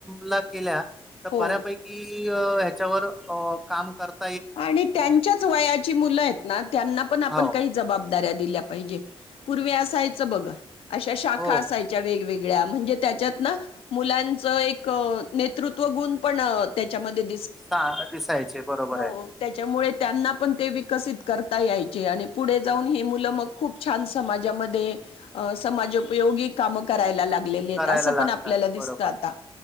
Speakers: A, in the centre; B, on the left (about 75°).
A: ला केल्या. तर
B: हो
A: बऱ्यापैकी ह्याच्यावर अ काम करत.
B: आणि त्यांच्याच वयाची मुलं आहेत ना त्यांना पण आपण
A: हो
B: काही जबाबदाऱ्या दिल्यात. पाहिजे पूर्वी असायच बघा अशा शाखा
A: हो
B: असायच्या वेगवेगळ्या. या म्हणजे त्याच्यात ना मुलांच एक नेतृत्व गुण पण त्याच्या मधील.
A: सहां दिसायचे बरोबर.
B: हो
A: आहे
B: त्याच्यामुळे त्यांना पण ते वीक विकसित करता यायचे आणि पुढे जाऊन ही मुलं मग खूप छान समाजामध्ये अ समाज उपयोगी काम करायला लागलेली आहेत
A: करायला
B: अस
A: लागतात
B: पण आपल्याला
A: बरोबर.
B: दिसत आता.